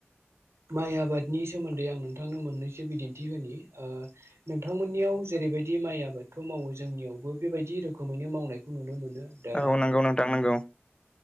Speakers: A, on the right (about 80°); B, on the left (about 20°).
A: माइ आबादनि सोमोन्दै आं नोंथांनो मोननैसो बिदिन्थि होनि ओ नोंथांमोननियाव जे ओरैबायदि माइ आबादथ' मावो जोंनियावबो बेबायदि रोखोमैनो मावनाय खौ नुनो मोनो दा
B: औ नंगौ नोंथां नंगौ